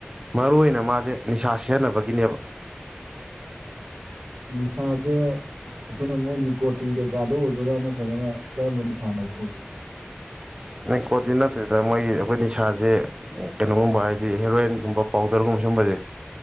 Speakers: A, on the right; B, on the right.
A: ꯃꯔꯨ ꯑꯣꯏꯅ ꯃꯥꯁꯦ ꯅꯤꯁꯥ ꯁꯤꯖꯤꯟꯅꯕꯒꯤꯅꯦꯕ
B: ꯅꯤꯁꯥꯁꯦ ꯑꯩꯈꯣꯏꯅ ꯃꯣꯏ ꯅꯤꯀꯣꯇꯤꯟ ꯀꯩꯀꯥꯗ ꯑꯣꯏꯗꯣꯏꯔꯥ ꯅꯠꯇ꯭ꯔꯒꯅ ꯀꯔꯝꯕ ꯅꯤꯁꯥꯅꯣ ꯍꯗꯨ
A: ꯅꯤꯀꯣꯠꯇꯤ ꯅꯠꯇꯦꯗ ꯃꯣꯏꯒꯤ ꯑꯩꯈꯣꯏ ꯅꯤꯁꯥꯁꯦ ꯀꯩꯅꯣꯒꯨꯝꯕ ꯍꯥꯏꯗꯤ ꯍꯦꯔꯣꯏꯟꯒꯨꯝꯕ ꯄꯥꯎꯗꯔꯒꯨꯝꯕ ꯑꯁꯨꯝꯕꯗꯦ